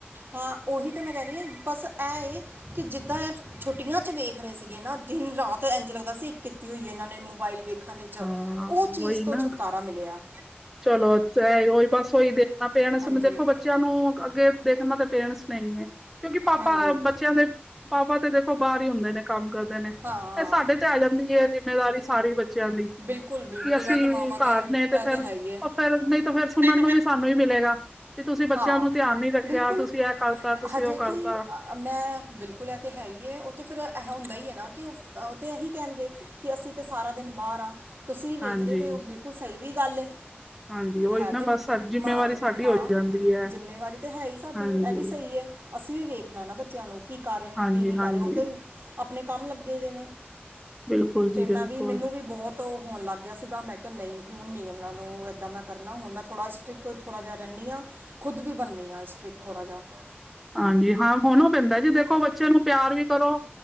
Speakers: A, on the right; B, in the centre.
A: ਹਾਂ ਓਹੀ ਤਾਂ ਮੈਂ ਕੈ ਰਈ ਆਂ ਬਸ ਐ ਏ ਕੇ ਜਿੱਦਾਂ ਐ ਛੁੱਟੀਆਂ ਚ ਵੇਖ ਰਏ ਸੀਗੇ ਨਾ ਦਿਨ ਰਾਤ ਐਂਜ ਲੱਗਦਾ ਸੀ ਇਕ ਕੀਤੀ ਹੋਈ ਐ ਏਨਾਂ ਨੇ ਮੋਬਾਇਲ ਵੇਖ ਖਾਨੇ ਚ,
B: ਹਾਂ
A: ਓ ਚੀਜ਼
B: ਵਹੀ
A: ਤੋਂ
B: ਨਾ
A: ਛੁਟਕਾਰਾ ਮਿਲਿਆ।
B: ਚਲੋ ਅੱਛਾ ਓਹੀ ਬਸ ਓਈ ਵੇਖਣਾ ਪੇਆ ਨਾ
A: ਹਾਂਜੀ
B: ਸੁਣ ਦੇਖੋ ਬ ਬੱਚਿਆਂ ਨੂੰ ਅੱਗੇ ਦੇਖਣਾ ਤਾਂ ਪੇਰੈਂਟਸ ਨੇ ਹੀਂ ਐ, ਕਿਉਂਕਿ ਪਾਪਾ
A: ਹਾਂਜੀ
B: ਬੱਚਿਆਂ ਦੇ ਪਾਪਾ ਤੇ ਦੇਖੋ ਬਾਰ ਈ ਹੁੰਦੇ ਨੇ ਕੰਮ ਕਰਦੇ ਨੇ,
A: ਹਾਂ
B: ਏਹ ਸਾਡੇ ਤੇ ਆ ਜਾਂਦੀ ਏ ਜਿੰਮੇਵਾਰੀ ਸਾਰੀ ਬੱਚਿਆਂ ਦੀ।
A: ਬਿਲਕੁਲ ਬਿਲਕੁਲ
B: ਵੀ ਅਸੀਂ
A: ਇਹ ਤੇ ਮਾਵਾਂ ਤੇ
B: ਘਰ ਨੇ ਤੇ
A: ਇਹ
B: ਫੇਰ
A: ਹੈ ਹੀ ਹੈ
B: ਓ ਫੇਰ ਨਈ ਤਾਂ ਫੇਰ ਸੁਣਨ
A: ਨਹੀਂ
B: ਨੂੰ
A: ਫਿਰ
B: ਵੀ ਸਾਨੂੰ ਈ ਮਿਲੇਗਾ। ਵੀ ਤੁਸੀਂ ਬੱਚੇਆਂ
A: ਹਾਂ
B: ਨੂੰ ਧਿਆਨ ਨੀ ਰੱਖੇਆ,
A: ਬਿਲਕੁਲ
B: ਤੁਸੀਂ ਐ ਕਾਰਤਾ ਤੁਸੀਂ
A: ਹਜੇ
B: ਓ ਕਾਰਤਾ।
A: ਕਿ ਮੈਂ ਬਿਲਕੁਲ ਐ ਤੇ ਹੈਈ ਏ ਓ ਤੇ ਫੇਰ ਐਹ ਹੁੰਦਾ ਈ ਐਨਾ ਕਿ ਓ-ਓ ਤੇ ਏਹੀ ਕੈਹਣਗੇ। ਕਿ ਅਸੀਂ ਤਾਂ ਸਾਰਾ ਦਿਨ ਬਾਰ ਆਂ, ਤੁਸੀਂ ਵੇਖਦੇ
B: ਹਾਂਜੀ
A: ਪਏ ਓ ਬਿਲਕੁਲ ਸਈ ਵੀ ਗੱਲ ਏ।
B: ਹਾਂਜੀ ਉਹੀ
A: ਹੈ
B: ਨਾ
A: ਤੇ ਮ
B: ਬਸ ਸਾ- ਜਿੰਮੇਵਾਰੀ ਸਾਡੀ
A: ਹਾਂ
B: ਹੋ ਜਾਂਦੀ ਹੈ
A: ਜਿੰਮੇਵਾਰੀ ਤਾਂ ਹੈ ਈ ਸਾਡੀ,
B: ਹਾਂਜੀ
A: ਐ ਵੀ ਸਹੀ ਐ ਅਸੀਂ ਵੀ ਵੇਖਣਾ ਨਾ ਬੱਚਿਆਂ ਨੂੰ ਕੀ ਕਰ ਰਏ ਨੇ
B: ਹਾਂਜੀ
A: ਕੀ ਨੀ
B: ਹਾਂਜੀ
A: ਕਰ ਰਏ ਓਤੇ ਆਪਣੇ ਕੰਮ ਲੱਗੇ ਦੇ ਨੇ।
B: ਬਿਲਕੁਲ
A: ਤੇ
B: ਜੀ
A: ਮੈਂ
B: ਬਿਲਕੁਲ
A: ਵੀ ਮੈਨੂੰ ਵੀ ਬਹੁਤ ਹੋਣ ਲੱਗ ਗੇਆ ਸੀਗਾ, ਮੈਂ ਕੇਆ ਨਈ ਹੁਣ ਨੀ ਐਹਨਾਂ ਨੂੰ ਏਦਾਂ ਮੈਂ। ਕਰਨਾ ਹੁਣ ਮੈਂ ਥੋੜਾ ਸਟਿ੍ਕ ਥੋੜਾ ਜੇਹਾ ਰੈਨੀ ਆਂ ਖੁਦ ਵੀ ਬੰਨੀ ਆ ਸਟ੍ਰਿਕ ਥੋੜਾ ਜੇਹਾ।
B: ਹਾਂਜੀ ਹਾਂ ਹੋਨੋ ਪੈਂਦਾ ਜੀ ਦੇਖੋ ਬੱਚੇ ਨੂੰ ਪਆਰ ਵੀ ਕਰੋ।